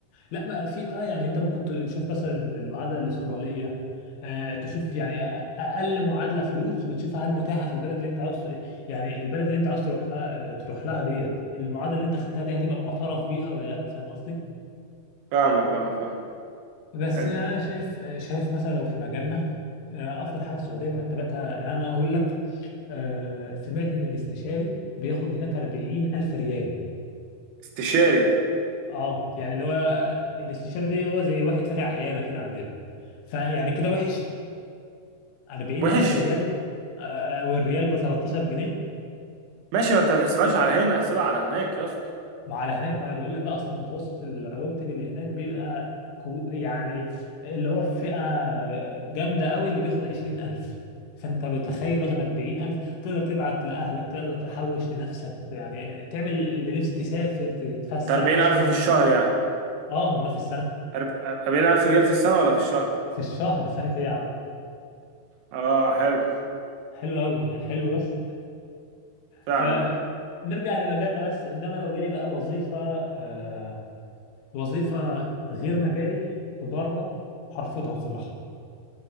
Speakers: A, on the left (about 65°); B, on the right (about 85°).
A: لا بقى في بقى يعني انت ممكن تشوف مثلا المعادله الاستراليه آه تشوف يعني اقل معادله فلوس وتشوفها هل متاحه في البلد اللي انت عاوز يعني البلد اللي انت عاوز تروح آه، تروح لها ديت المعادله اللي انت خدتها دي هتبقى معترف بيها ولا لا فاهم قصدي
B: فاهمك اه فاهم
A: بس
B: حلو
A: يعني انا شايف شايف مثلا لو في مجالنا آه، افضل حاجه السعوديه مرتباتها يعني انا اقول لك آه، سمعت ان الاستشاري بياخد هناك 40 الف ريال
B: استشاري
A: اه يعني اللي هو الاستشاري دي هو زي واحد فاتح عياده كده عندنا فيعني كده وحش 40
B: وحش
A: ألف ريال آه، والريال ب 13 جنيه
B: ماشي ما انت ما تحسبهاش على هنا احسبها على هناك يا اسطى
A: على هناك ما أنا بقول لك بقى أصلا متوسط الرواتب اللي هناك بيبقى كو- يعني اللي هو في فئة جامدة قوي اللي بياخد 20 ألف فأنت بتخيل واخد 40 ألف تقدر تبعت لأهلك تقدر تحوش لنفسك يعني تعمل اللي نفسك تسافر تتفسح
B: ده 40000
A: تعمل اللي
B: في
A: نفسك
B: الشهر
A: فيه
B: يعني
A: أه ما في السنة
B: أرب- 40000 ريال في السنة ولا في الشهر
A: في الشهر سنة إيه يا عم
B: اه حلو
A: حلو قوي يعني حلو بس
B: فعلا
A: ف
B: آه.
A: نرجع لمجالنا بس انما لو جالي بقى وظيفه آه، وظيفة غير مجالي في بره هرفضها بصراحة